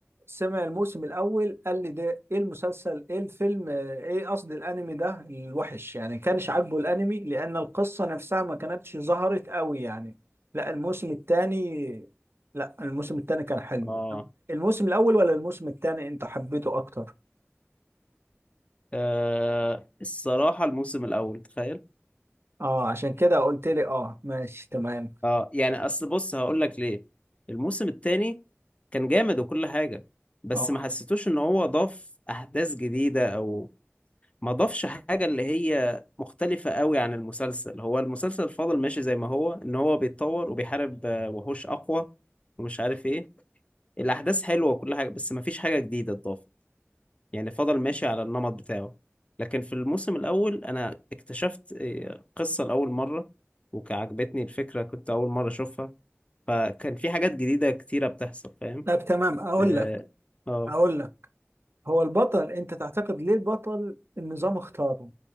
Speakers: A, on the right; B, on the left.
A: سمع الموسم الاول قال لي ده ايه المسلسل ايه الفيلم آه، ايه قصدي الانمي ده الوحش يعني كانش عاجبه الانمي لان القصه نفسها ما كانتش ظهرت قوي يعني لا الموسم الثاني لا الموسم الثاني كان حلو
B: اه
A: الموسم الاول ولا الموسم الثاني انت حبيته اكتر
B: آه، الصراحة الموسم الاول تخيل
A: اه عشان كده قلت لي اه ماشي تمام
B: اه يعني اصل بص هقول لك ليه الموسم التاني كان جامد وكل حاجة بس
A: اه
B: ما حسيتوش ان هو ضاف احداث جديدة او ما ضافش حاجة اللي هي مختلفة قوي عن المسلسل هو المسلسل فضل ماشي زي ما هو ان هو بيتطور وبيحارب آه، وحوش اقوى ومش عارف ايه الاحداث حلوة وكل حاجة بس ما فيش حاجة جديدة اتضافت يعني فضل ماشي على النمط بتاعه لكن في الموسم الاول انا اكتشفت آه، قصة لأول مرة وعجبتني الفكرة كنت أول مرة أشوفها فكان في حاجات جديدة كتيرة بتحصل فاهم
A: طب تمام اقول
B: اه
A: لك
B: آه.
A: اقول لك هو البطل انت تعتقد ليه البطل النظام اختاره